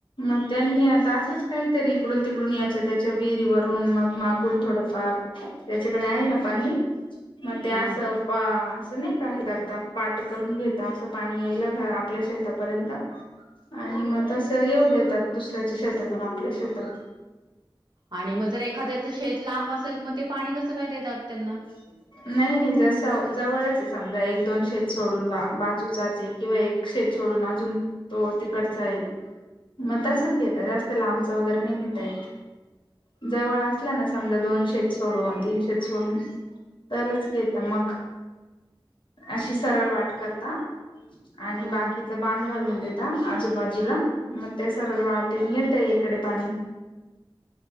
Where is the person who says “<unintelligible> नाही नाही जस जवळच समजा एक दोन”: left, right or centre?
Left